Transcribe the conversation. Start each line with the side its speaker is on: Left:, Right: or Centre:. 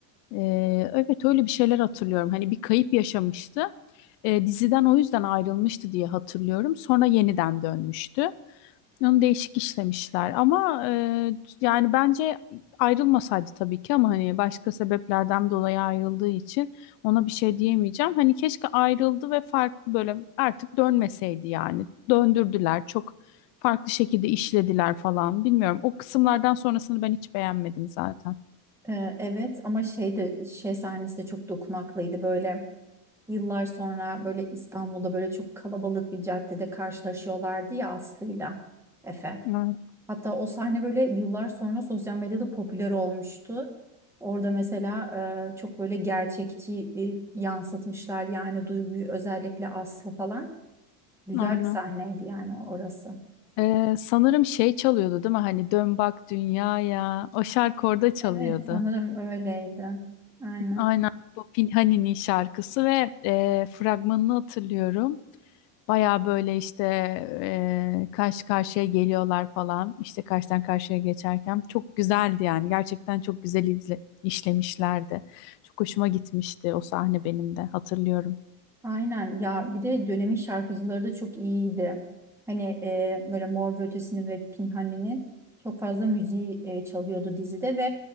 Left: E, evet öyle bir şeyler hatırlıyorum. Hani bir kayıp yaşamıştı. E, diziden o yüzden ayrılmıştı diye hatırlıyorum. Sonra yeniden dönmüştü. Onu değişik işlemişler ama e, yani bence ayrılmasaydı tabii ki ama hani başka sebeplerden dolayı ayrıldığı için ona bir şey diyemeyeceğim. Hani keşke ayrıldı ve farklı böyle artık dönmeseydi yani. Döndürdüler çok farklı şekilde işlediler falan bilmiyorum. O kısımlardan sonrasını ben hiç beğenmedim zaten.
Centre: Ee, Evet ama şey de şey sahnesi de çok dokunaklıydı böyle Yıllar sonra böyle İstanbul'da böyle çok kalabalık bir caddede karşılaşıyorlardı ya Aslı'yla Efe.
Left: Evet,
Centre: Hatta o sahne böyle yıllar sonra sosyal medyada popüler olmuştu. Orada mesela e, çok böyle gerçekçi e, yansıtmışlar yani duyguyu özellikle Aslı falan. Güzel
Left: aynen.
Centre: bir sahneydi yani orası.
Left: Ee, sanırım şey çalıyordu değil mi? Hani dön bak dünyaya. O şarkı orada çalıyordu.
Centre: Evet sanırım öyleydi. Aynen.
Left: Aynen bu Pinhani'nin şarkısı ve e, fragmanını hatırlıyorum. Baya böyle işte e, karşı karşıya geliyorlar falan. İşte karşıdan karşıya geçerken çok güzeldi yani. Gerçekten çok güzel izle- işlemişlerdi. Çok hoşuma gitmişti o sahne benim de hatırlıyorum.
Centre: Aynen ya bir de dönemin şarkıcıları da çok iyiydi. Hani e, böyle Mor ve Ötesi'nin ve Pinhani'nin çok fazla müziği e, çalıyordu dizide ve